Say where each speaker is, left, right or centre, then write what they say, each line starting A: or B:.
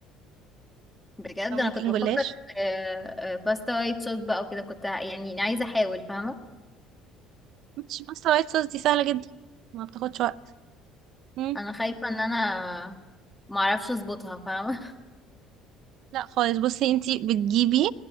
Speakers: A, in the centre; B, on the right.
A: بجد
B: فممكن
A: انا كنت بفكر
B: جلاش
A: في آه، آه، باستا وايت صوص بقى وكده كنت ع- يعني عايزة احاول فاهمة
B: مش باستا وايت صوص دي سهلة جدا ما بتاخدش وقت مم.
A: انا خايفة ان انا معرفش اظبطها فاهمة
B: لا خالص بصي أنت بتجيبي